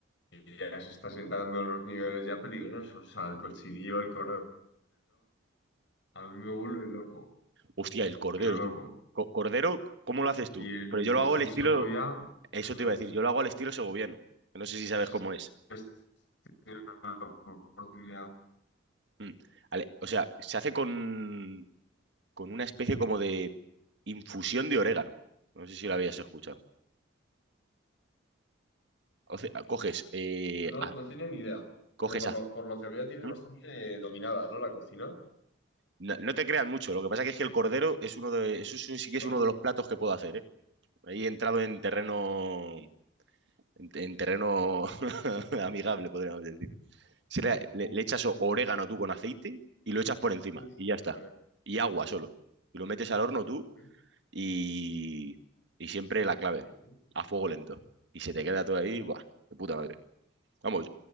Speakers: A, on the left; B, on the right.
A: ya se está sentando en los niveles ya peligrosos. O sea, el cochinillo, el cordero, a mí me vuelve loco,
B: Hostia, el cordero,
A: pero loco.
B: tú. Co- cordero, ¿cómo lo haces tú?
A: Y en,
B: Pero yo lo
A: de
B: hago
A: hecho
B: al
A: en
B: estilo,
A: Segovia,
B: eso
A: no
B: te iba a
A: sé
B: decir, yo lo hago al estilo segoviano. No sé si sabes
A: si
B: cómo es.
A: has tenido la oportunidad.
B: Mm. Ale- O sea, se hace con, con una especie como de infusión de orégano. No sé si lo habías escuchado. O sea, coges, eh,
A: No,
B: a-
A: no tiene ni idea,
B: coges
A: pero por
B: az-
A: lo, por lo que veo tiene bastante
B: ¿Mm?
A: dominada, ¿no? La cocina.
B: No, no te creas mucho, lo que pasa que es que el cordero es uno de, eso sí sí que
A: ¿Vale?
B: es uno de los platos que puedo hacer, ¿eh? Ahí he entrado en terreno en, en terreno <laughs> amigable, podríamos decir. Si le, le-
A: Uf,
B: le echas o- orégano tú con aceite y lo echas por encima
A: uf,
B: y ya está.
A: me parece.
B: Y agua solo. Y lo metes al horno tú
A: sí.
B: y, y siempre la clave,
A: Ujú.
B: a fuego lento. Y se te queda todo ahí, ¡buah! De puta madre. Vamos,